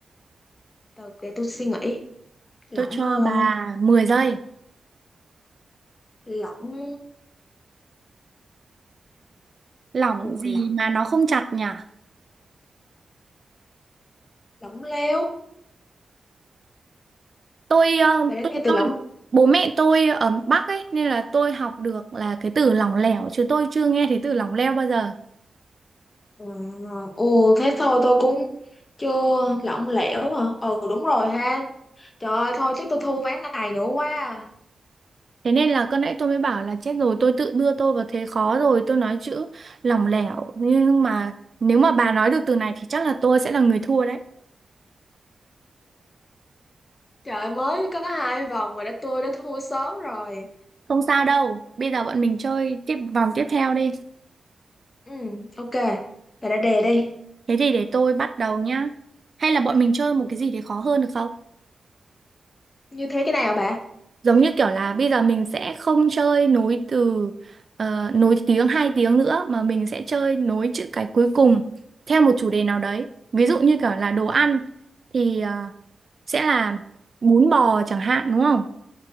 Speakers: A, on the left; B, on the right.
A: từ để tôi suy nghĩ lỏng
B: tôi cho
A: ờ,
B: bà mười giây
A: lỏng
B: lỏng
A: một
B: gì
A: lỏng
B: mà nó không chặt nhỉ
A: lỏng lẻo
B: tôi ờ,
A: bà đã
B: tôi
A: nghe từ
B: tôi
A: lỏng
B: bố mẹ tôi ở Bắc ấy nên là tôi học được là cái từ lỏng lẻo chứ tôi chưa nghe thấy từ lỏng leo bao giờ
A: Ờ, ừ thế thôi tôi cũng chưa lỏng lẻo à ừ đúng rồi ha trời ơi thôi chắc tôi thua ván này nữa quá à.
B: thế nên là con nãy tôi mới bảo là chết rồi tôi tự đưa tôi vào thế khó rồi tôi nói chữ lỏng lẻo nhưng mà nếu mà bà nói được từ này thì chắc là tôi sẽ là người thua đấy
A: Trời ơi, mới có hai vòng mà đã tôi đã thua sớm rồi.
B: Không sao đâu, bây giờ bọn mình chơi tiếp vòng tiếp theo đi.
A: Ừ, ok. Bà đã đề đi.
B: Thế thì để tôi bắt đầu nhá. Hay là bọn mình chơi một cái gì để khó hơn được không?
A: Như thế cái nào bà?
B: Giống như kiểu là bây giờ mình sẽ không chơi nối từ ờ, nối tiếng hai tiếng nữa mà mình sẽ chơi nối chữ cái cuối cùng theo một chủ đề nào đấy. Ví dụ như kiểu là đồ ăn thì ờ, sẽ là bún bò chẳng hạn đúng không?